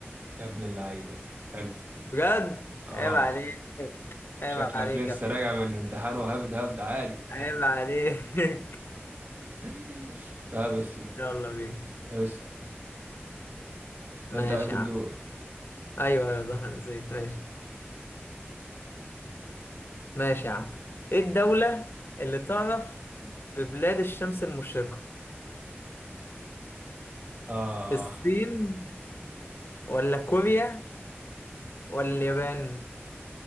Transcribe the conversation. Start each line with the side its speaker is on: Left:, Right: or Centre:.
Right: يا ابن اللعيبه حلو
Left: بجد
Right: اه
Left: عيب عليك عيب
Right: شكلك
Left: عليك
Right: لسه
Left: يا باشا
Right: راجع من امتحان وهبد هبد عالي
Left: عيب عليك <laughs>
Right: <laughs> طيب يا سيدي
Left: يلا بينا
Right: اسأل
Left: ماشي
Right: انت عليك الدور
Left: يا عم ايوه ايوه صح أنا نسيت ماشي ماشي يا عم ايه الدولة اللي تعرف ببلاد الشمس المشرقة
Right: اه
Left: الصين ولا كوريا ولا اليابان